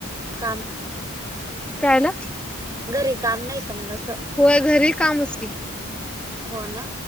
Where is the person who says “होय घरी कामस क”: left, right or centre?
Centre